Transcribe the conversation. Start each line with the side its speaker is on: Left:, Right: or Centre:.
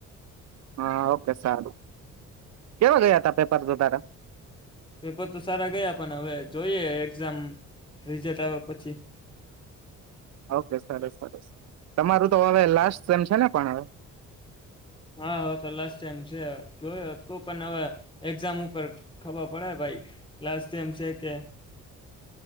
Right: હા ઓકે સારું કેવા ગયા ત પેપર તો તારા
Left: પેપર તો સારા ગયા પણ હવે જોઈએ એક્ઝામ રિઝલ્ટ આવ્યા પછી
Right: ઓકે સરસ સરસ તમારું તો હવે લાસ્ટ સેમ છે ને પણ હવે
Left: હા હ તો લાસ્ટ ટાઈમ છે જોયો તો પણ હવે એક્ઝામ ઉપર ખબર પડે ભાઈ લાસ્ટ ટાઈમ છે કે